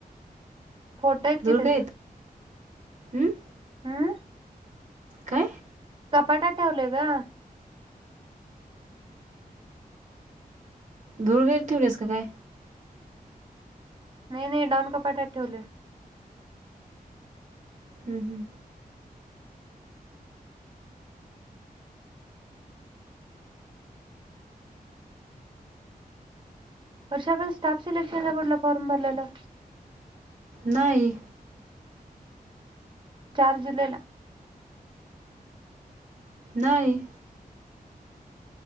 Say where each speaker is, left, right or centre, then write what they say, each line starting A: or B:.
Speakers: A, on the right (about 30°); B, on the right (about 50°).
A: फोटो हायत
B: धूर
A: कि त्याज.
B: खाईत हम्म
A: हां
B: काय?
A: कपाटात ठेवलोय ग
B: धूळ खाईत ठेवलीस का काय?
A: नाही नाही डॉन कपाटत ठेवलोय
B: हम्म, हम्म.
A: वर्षा आपण स्टाफ सिलेक्शनचा कुठला फॉर्म भरलेलो?
B: नाही
A: चार जुलै ला
B: नाही